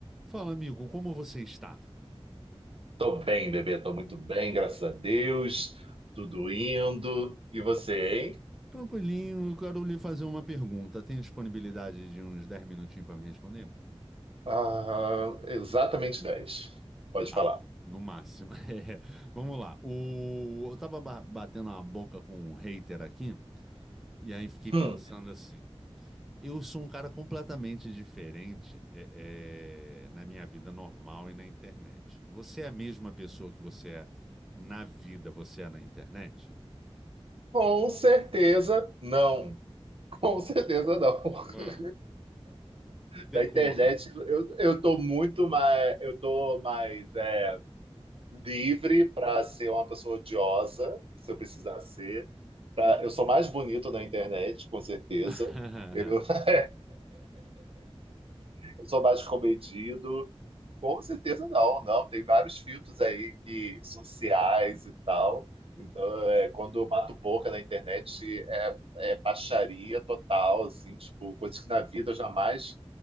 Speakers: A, in the centre; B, on the right.
A: Fala, amigo, como você está?
B: Tô bem, bebê, tô muito bem, graças a Deus. Tudo indo. E você, hein?
A: Tranquilinho, eu quero lhe fazer uma pergunta. Tem disponibilidade de uns 10 minutinhos para me responder?
B: Ah, exatamente 10. Pode
A: Tá,
B: falar.
A: no máximo. <laughs> É, Vamos lá. O... Eu tava ba- batendo a boca com um hater aqui, e aí fiquei
B: Hum,
A: pensando assim. Eu sou um cara completamente diferente é, é, na minha vida normal e na internet. Você é a mesma pessoa que você é na vida, você é na internet?
B: com certeza não. <laughs> Com certeza não.
A: Ah.
B: <laughs>
A: Decorra.
B: Da internet eu, eu tô muito mais, eu tô mais é, livre para ser uma pessoa odiosa, se eu precisar ser. Tá? Eu sou mais bonito na internet, com certeza.
A: <laughs>
B: Eu, <laughs> eu sou mais comedido. Com certeza não, não. Tem vários filtros aí que sociais e tal. Então, é, quando eu bato boca na internet, é, é baixaria total, assim, tipo, coisas que na vida eu jamais